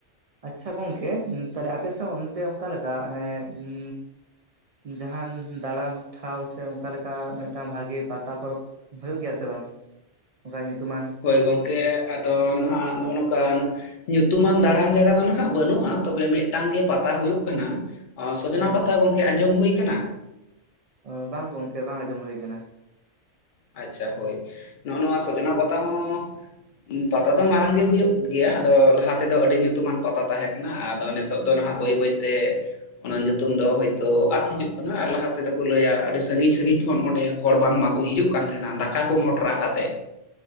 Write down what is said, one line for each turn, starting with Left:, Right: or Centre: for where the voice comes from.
Right: ᱟᱪᱪᱷᱟ ᱜᱚᱝᱠᱮ ᱩᱸ ᱛᱟᱦᱮᱞᱮ ᱟᱯᱮᱥᱮᱜ ᱚᱱᱛᱮ ᱚᱸᱠᱟ ᱮᱸ ᱞᱮᱠᱟ ᱩᱸ ᱡᱟᱦᱟᱸᱱ ᱫᱟᱬᱟᱱ ᱴᱷᱟᱶ ᱥᱮ ᱚᱸᱠᱟ ᱞᱮᱠᱟ ᱢᱮᱫ- ᱴᱟᱝ ᱵᱷᱟᱜᱮ ᱯᱟᱛᱟ ᱯᱚᱨᱚᱵᱽ ᱦᱩᱭᱩᱜ ᱜᱮᱭᱟ ᱥᱮ ᱵᱟᱝ ᱚᱸᱠᱟ ᱧᱩᱛᱩᱢᱟᱱ
Left: ᱦᱳᱭ ᱜᱚᱝᱠᱮ ᱟᱫᱚ ᱱᱷᱟᱸᱜ ᱱᱚᱜᱼᱚ ᱱᱚᱝᱠᱟᱱ ᱧᱩᱛᱩᱢᱟᱱ ᱫᱟᱬᱟᱱ ᱡᱟᱜᱟ ᱫᱚ ᱱᱷᱟᱸᱜ ᱵᱟᱹᱱᱩᱜᱼᱟ, ᱛᱚᱵᱮ ᱢᱮᱫᱴᱟᱝ ᱜᱮ ᱯᱟᱛᱟ ᱦᱩᱭᱩᱜ ᱠᱟᱱᱟ, ᱚᱸ ᱥᱚᱡᱽᱱᱟ
Right: ᱦᱮᱸ
Left: ᱯᱟᱛᱟ ᱜᱚᱝᱠᱮ ᱟᱸᱡᱚᱢ ᱦᱩᱭ ᱠᱟᱱᱟ?
Right: ᱚᱸ ᱵᱟᱝ ᱜᱚᱝᱠᱮ ᱵᱟᱝ ᱟᱸᱡᱚᱢ ᱦᱩᱭ ᱟᱠᱟᱱᱟ᱾
Left: ᱟᱪᱪᱷᱟ ᱦᱳᱭ, ᱱᱚᱜᱼᱚᱼᱱᱚᱣᱟ ᱥᱚᱡᱽᱱᱟ ᱯᱟᱛ- ᱛᱟ ᱦᱚᱸ, ᱩᱸ ᱯᱟᱛᱟ ᱫᱚ ᱢᱟᱨᱟᱝ ᱜᱮ ᱦᱩᱭᱩᱜ ᱜᱮᱭᱟ ᱟᱫᱚ ᱞᱟᱦᱟ ᱛᱮᱫᱚ ᱟᱹᱰᱤ ᱧᱩ- ᱛᱩᱢᱟᱱ ᱯᱟᱛᱟ ᱛᱟᱦᱮᱸ ᱠᱟᱱᱟ, ᱟᱫᱚ ᱱᱤᱛᱚᱜ ᱫᱚ ᱱᱷᱟᱸᱜ
Right: ᱦᱮᱸ
Left: ᱵᱟᱹᱭ ᱵᱟᱹᱭᱛᱮ ᱚᱱᱟ ᱧᱩᱛᱩᱢ ᱫᱚ ᱦᱳᱭᱛᱳ ᱟᱫ ᱦᱤᱡᱩᱜ ᱠᱟᱱᱟ ᱟᱨ ᱞᱟᱦᱟ ᱛᱮᱫᱚ ᱠᱚ ᱞᱟᱹᱭᱟ ᱟᱹᱰᱤ ᱥᱟᱺᱜᱤᱧ ᱥᱟᱺᱜᱤᱧ ᱠᱷᱚᱱ ᱚᱸᱰᱮ ᱦᱚᱲ ᱵᱟᱝ ᱢᱟᱠᱚ ᱦᱤᱡᱩᱜ ᱠᱟᱱ ᱛᱟᱦᱮᱸᱱᱟ, ᱫᱟᱠᱟ ᱠᱚ ᱢᱚᱴᱨᱟ ᱠᱟᱛᱮᱜ᱾